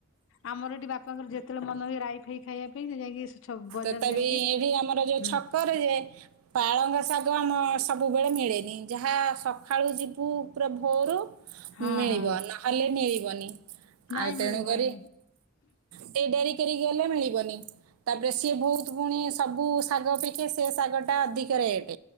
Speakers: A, on the left; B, on the right.
A: ଆମର ଏଠି ବାପାଙ୍କର ଯେତେବେଳେ ମନ ହୁଏ ରାଇ ଫାଇ ଖାଇବା ପାଇଁ ସେ ଯାଇକି ଛ ବଜାର
B: ତଥାପି
A: ଯାଇକି
B: ବି ଆମର ଯୋଉ
A: ହୁଁ
B: ଛକରେ ପାଳଙ୍ଗ ଶାଗ ଆମ ସବୁବେଳେ ମିଳେନି ଯାହା ସକାଳୁ ଯିବୁ ପୁରା ଭୋରୁ
A: ହଁ
B: ମିଳିବ
A: ହଁ।
B: ନହେଲେ ମିଳିବନି।
A: ନାଇଁ
B: ଆଉ ତେଣୁ
A: ମିଳିବନି
B: କରି ଟି ଡେରି କରିକି ଗଲେ ମିଳିବନି ତା ରେ ସିଏ ବହୁତ ପୁଣି ସବୁ ଶାଗ ଅପେକ୍ଷା ସେ ଶାଗଟା ଅଧିକ ରେଟ୍।